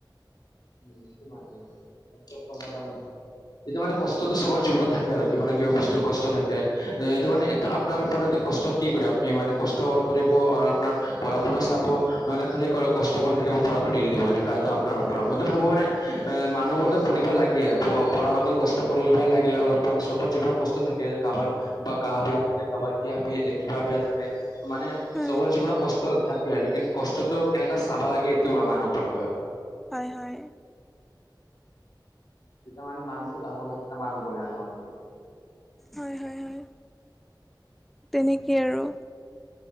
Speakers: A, on the left; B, in the centre.
A: <unintelligible> এইটো মানে কষ্টটো চবৰ জীৱনত থাকে আৰু কিবা ন' কিবা বস্তুৰ কষ্ট থাকে, এ এইটো মানে ত' আপনাৰ ওপৰতে কষ্ট কি কৰে আপনি, মানে কষ্ট কৰিব আৰু আপনাৰ পঢ়া-শুনো চাব ন'হলে <unintelligible> কৰক কষ্ট কৰি থাকিব পঢ়া খিনি এৰি দিব, এনেকা <unintelligible> আপনাৰ মইতো ভাবো মানে এ মানুহবোৰেতো পঢ়িব লাগে, পঢ়াৰ লগত কষ্ট কৰিবাই লাগে অলপ মানে চবত যীবোৰৰ কষ্ট থাকে কাৰবাৰ বা গা বেয়া থাকে, কাৰবাৰ কিয়া বি কিবা বেয়া থাকে। ত' মানে
B: হয়
A: চবৰ জীৱনত কষ্ট থাকে লকিন কষ্টতটো কেনেককা চাব লাগে এইটো মানুহ ওপৰত হয় আৰু।
B: হয়-হয়।
A: যেতিয়া মানোনু ডাঙৰ হয়ে তেতি মানুহ বনে আৰু মানুবিলাক।
B: হয়-হয়-হয় তেনেকেই আৰু।